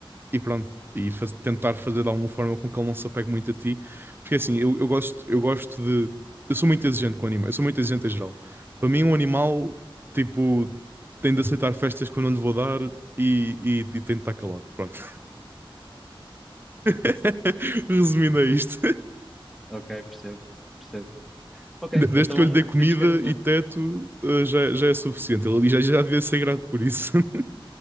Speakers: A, on the right; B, in the centre.
A: E pronto, e faz- tentar fazer de alguma forma com que ele não se apegue muito a ti. Porque assim, eu, eu gosto, eu gosto de. Eu sou muito exigente com animais, eu sou muito exigente em geral. Para mim, um animal, tipo, tem de aceitar festas que eu não lhe vou dar e, e, e tem de estar calado. Pronto. <laughs> Resumindo a isto.
B: ok, percebo, percebo. Ok,
A: De- Desde
B: então
A: que eu lhe dei comida
B: temos que arranjar.
A: e teto, eh, já, já é suficiente. Ele já, já devia ser grato por isso. <laughs>